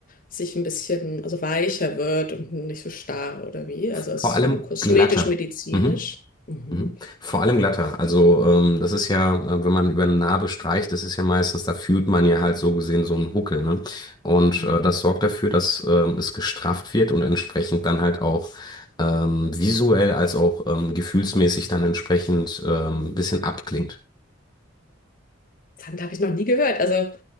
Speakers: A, on the left; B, on the left.
A: sich ein bisschen, also weicher wird und nicht so starr oder wie. Also es
B: Vor
A: ist
B: allem
A: so kosmetisch,
B: glatter.
A: medizinisch.
B: Mhm.
A: Mhm.
B: Mhm. Vor allem glatter. Also ähm, das ist ja, äh, wenn man über eine Narbe streicht, das ist ja meistens, da fühlt man ja halt so gesehen so einen Huckel, ne? Und
A: Mhm.
B: äh, das sorgt dafür, dass ähm, es gestrafft wird und entsprechend dann halt auch ähm, visuell als auch ähm, gefühlsmäßig dann entsprechend ähm, ein bisschen abklingt.
A: Dann habe ich noch nie gehört. Also